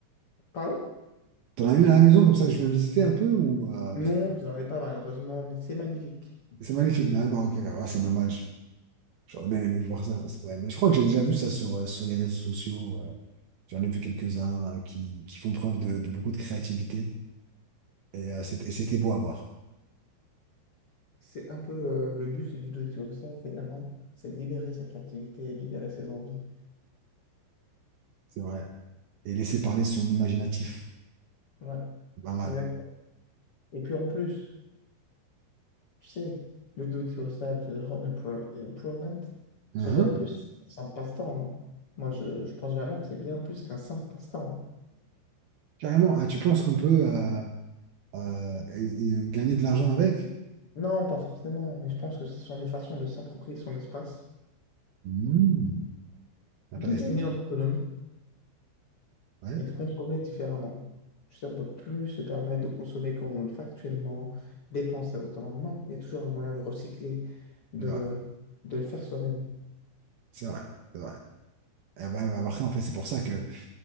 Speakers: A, on the left; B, on the right.
A: Pardon?
B: T'en as une à la maison comme ça je viens visiter un peu ou euh,
A: Non,
B: parce que
A: je n'en ai pas malheureusement, mais c'est magnifique.
B: c'est magnifique, d'accord, ok, Ah, c'est dommage. J'aurais bien aimé voir ça. C'est- ouais, mais je crois que j'ai déjà vu ça sur, euh, sur les réseaux sociaux. euh, j'en ai vu quelques-uns euh, qui, qui font preuve de, de beaucoup de créativité. Et euh, c'était et c'était beau à voir,
A: C'est un peu euh, le but du do it yourself finalement, c'est de libérer sa créativité, libérer ses envies.
B: c'est vrai. Et laisser parler son imaginatif,
A: Ouais,
B: c'est pas mal.
A: exact. Et puis en plus, tu sais, le do it yourself et le home impro- improvement sont
B: Uhum.
A: bien plus un simple passe-temps. hein. Moi, je, je pense vraiment que c'est bien plus qu'un simple passe-temps. hein.
B: Carrément, Ah, tu penses qu'on peut euh, euh, et- et gagner de l'argent avec?
A: Non, pas forcément, mais je pense que ce sont des façons de s'approprier son espace,
B: Hmm, intéressant.
A: de gagner en autonomie
B: Ouais,
A: et de consommer différemment. Je sais, on ne peut plus se permettre de consommer comme on le fait actuellement, dépenser autant. Non, il y a toujours un moyen de recycler, de,
B: c'est vrai,
A: de le faire soi-même.
B: c'est vrai, c'est vrai. Et bah, bah, après, en fait, c'est pour ça que